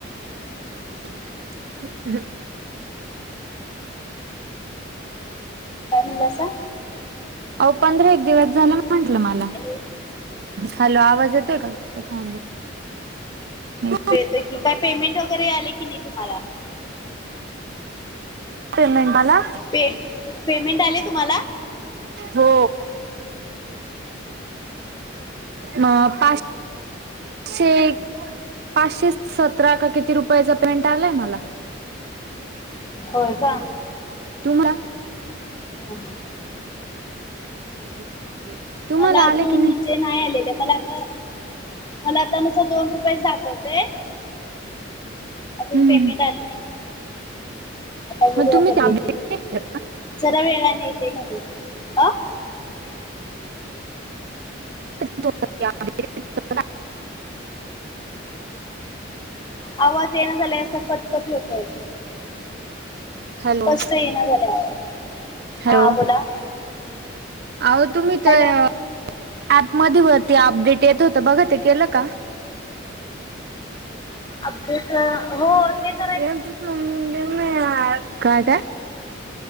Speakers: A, on the right (about 50°); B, on the left (about 20°).
A: <unintelligible>
B: काय म्हणला सा.
A: आव पंधरा एक दिवस झाला म्हंटलं मला,
B: हॅलो
A: हॅलो आवाज येतोय का? <unintelligible>
B: तेकी काय पेमेंट वगैरे आले की नाही तुम्हाला.
A: पेमेंट आला.
B: पे पेमेंट आले तुम्हाला
A: हो. म पाच शे पाचशे सतरा का किती रुपयाचा पेमेंट आलाय मला.
B: होय का?
A: तुम्हाला
B: हम्म हम्म
A: <unintelligible>
B: मला अजून
A: आलं की
B: म्हणजे ते नाही आलेलं मला आता मला आता नुसत दोन रुपयेच दाखवतय
A: <inaudible>
B: अजून पेमेंट
A: हं, हं.
B: आलं नाही आता बघूया
A: मग तुम्ही
B: कधी
A: ते अपडेट
B: येतंय
A: नाही केलं.
B: जरा वेळा न येतंय म्हणे अ
A: <unintelligible> काय?
B: आवाज येईना झालाय असा कटकट होतोय
A: हॅलो,
B: स्पष्ट येईना झाल्या आवाज
A: हॅलो.
B: हा बोला
A: अहो तुम्ही
B: हॅलो
A: तर ऍप मध्ये वरती अपडेट येत होत बघा ते केलं का
B: अपडेट हो तेच
A: <unintelligible> काय काय